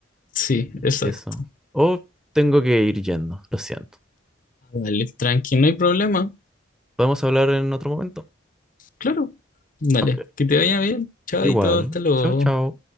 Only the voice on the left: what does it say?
Sí,
exacto.
Dale, tranqui, no hay problema.
Claro. Dale,
que te vaya bien. Chaito,
hasta luego.